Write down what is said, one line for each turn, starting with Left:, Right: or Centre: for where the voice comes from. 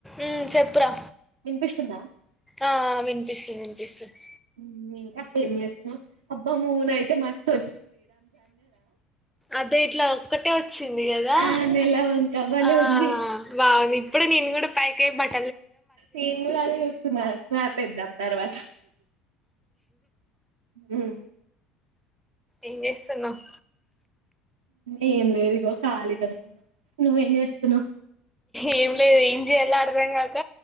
Centre: ఊ చెప్పురా
Right: వినిపిస్తుందా
Centre: ఆ వినిపిస్తుంది వినిపిస్తుంది
Right: ఇమ్ ఇంకా ఏం చేస్తున్నావ్ అబ్బా మూన్ అయితే మస్త్
Centre: అదే ఇట్లా ఒక్కటే వచ్చింది కదా
Right: ఆ నెల వంక భలే
Centre: ఆ
Right: ఉంది
Centre: బాగుంది ఇప్పుడే నేను కూడా పైకెళ్ళి పడ్
Right: నేను కూడా అదే చూస్తున్నా స్నాప్ ఎద్దం తర్వాత మ్మ్
Centre: ఏం చేస్తున్నావ్
Right: ఏం లేదు ఇగో ఖాళీగానే ఉన్న నువ్వేం చేస్తున్నావు
Centre: ఏం లేదు ఏం చేయలో అర్థం కాక,